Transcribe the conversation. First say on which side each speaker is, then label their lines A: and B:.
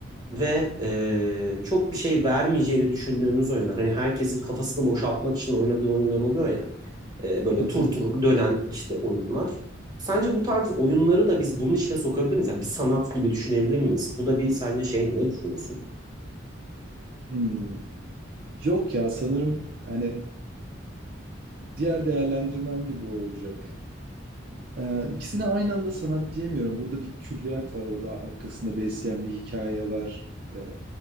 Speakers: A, on the right; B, on the right.
A: ve e, çok bir şey vermeyeceğini düşündüğümüz oyunlar. Hani herkesin kafasını boşaltmak için oynadığı oyunlar oluyor ya. E, böyle
B: Hı hı.
A: tur tur dönen işte oyunlar. Sence bu tarz oyunları da biz bunun içine sokabilir miyiz? Yani bir sanat gibi düşünebilir miyiz? Bu da bir sence şey Ne düşünüyorsun?
B: Hımm. Yok ya, sanırım, hani, diğer değerlendirmem gibi olacak. Eee, ikisine aynı anda sanat diyemiyorum. Burada bir külliyat var, orada arkasında besleyen bir hikaye var. Eee,